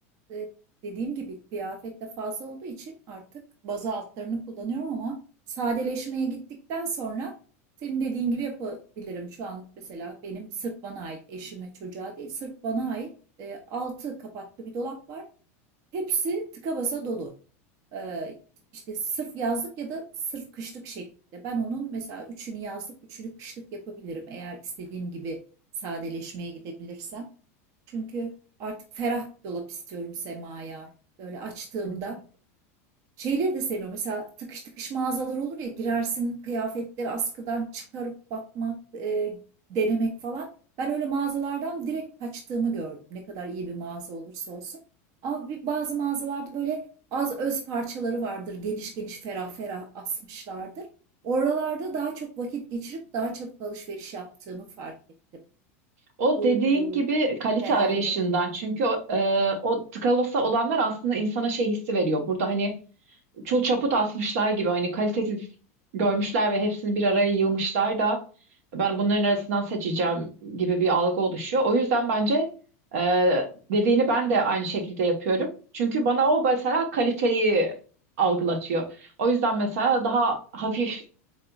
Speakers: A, on the right; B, on the right.
A: e, dediğim gibi kıyafet de fazla olduğu için artık baza altlarını kullanıyorum ama sadeleşmeye gittikten sonra senin dediğin gibi yapabilirim. Şu an mesela benim sırf bana ait, eşime, çocuğa değil, sırf bana ait e, altı kapaklı bir dolap var. Hepsi tıka basa dolu. Ee, işte sırf yazlık ya da sırf kışlık şeklinde. Ben onun mesela üçünü yazlık, üçünü kışlık yapabilirim eğer istediğim gibi sadeleşmeye gidebilirsem. Çünkü artık ferah bir dolap istiyorum semaya. Böyle açtığımda
B: Evet, evet.
A: Şeyleri de seviyorum. Mesela tıkış tıkış mağazalar olur ya girersin kıyafetleri askıdan çıkarıp bakmak, e, denemek falan. Ben öyle mağazalardan direkt kaçtığımı gördüm. Ne kadar iyi bir mağaza olursa olsun. Ama bir, bazı mağazalarda böyle az öz parçaları vardır. Geniş geniş ferah ferah asmışlardır. Oralarda daha çok vakit geçirip daha çabuk alışveriş yaptığımı fark ettim.
B: O
A: Bu
B: dediğin
A: e,
B: gibi kalite
A: ferahlık.
B: arayışından çünkü o, e, o tıka basa olanlar aslında insana şey hissi veriyor. Burada hani çul çaput asmışlar gibi hani kalitesiz görmüşler ve hepsini bir araya yığmışlar da ben bunların arasından seçeceğim gibi bir algı oluşuyor. O yüzden bence e, dediğini ben de aynı şekilde yapıyorum. Çünkü bana o mesela kaliteyi algılatıyor. O yüzden mesela daha hafif